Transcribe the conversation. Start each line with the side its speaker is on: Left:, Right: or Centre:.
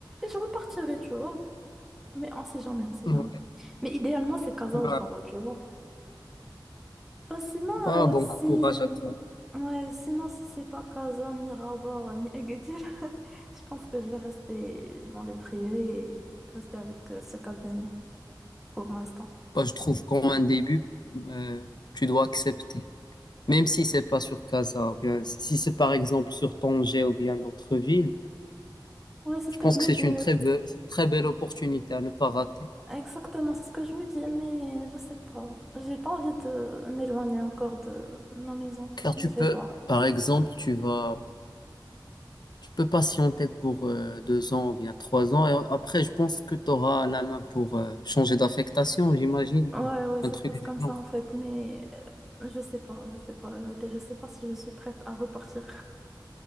Centre: je repartirai, tu vois. Mais on sait jamais, on sait
Left: Ouais.
Centre: jamais. Mais idéalement, c'est Casa
Left: Bah,
Centre: ou Rabat, tu vois. Bah, sinon,
Left: Bah, bon
Centre: euh, si...
Left: courage à toi.
Centre: Ouais, sinon, si c'est pas Casa, ni Rabat, ni Agadir, <laughs> je pense que je vais rester dans le privé et rester avec euh, ce cabinet pour l'instant.
Left: Bah, je trouve qu'en un début, euh, tu dois accepter. Même si c'est pas sur Casa, ou bien si c'est par exemple sur Tanger ou bien d'autres villes,
Centre: Ouais, c'est
Left: je
Centre: ce que
Left: pense
Centre: je me
Left: que c'est
Centre: dis.
Left: une très be- c'est une très belle opportunité à ne pas rater.
Centre: Exactement, c'est ce que je me dis, mais je sais pas. J'ai pas envie de m'éloigner encore de ma maison,
Left: Car
Centre: mais
Left: tu
Centre: je
Left: peux,
Centre: vais voir.
Left: par exemple, tu vas, tu peux patienter pour euh, deux ans ou bien trois ans, et après, je pense que tu auras la main pour euh, changer d'affectation, j'imagine,
Centre: Ouais,
Left: ou
Centre: ouais, ça
Left: un truc
Centre: se passe comme
Left: du genre.
Centre: ça en fait, mais euh, je sais pas, je sais pas, la vérité, je sais pas si je suis prête à repartir.